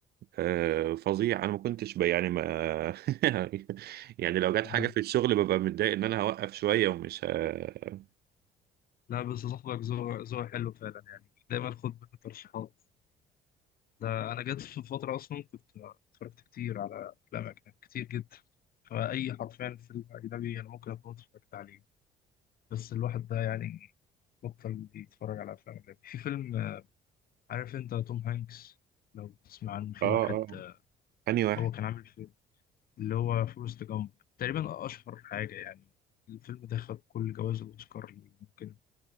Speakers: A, on the right; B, on the left.
A: آه فظيع انا ما كنتش ب... يعني ما <laughs> يعني لو جت
B: آه.
A: حاجه في الشغل ببقى متضايق ان انا هوقف شويه ومش ه...
B: لا بس صاحبك ذوق ذوق حلو فعلا يعني دايما خد منه ترشيحات ده انا جت في فتره اصلا كنت اتفرجت كتير على افلام اجنبي كتير جدا فاي حرفيا فيلم اجنبي انا ممكن اكون اتفرجت عليه بس الواحد ده يعني بطل بيتفرج على افلام اجنبي في فيلم آه، عارف انت توم هانكس لو تسمع عنه في
A: اه
B: واحد
A: اه
B: آه،
A: انهي واحد
B: هو كان عامل فيلم اللي هو فورست جامب تقريبا اشهر حاجه يعني الفيلم ده خد كل جوائز الاوسكار اللي ممكن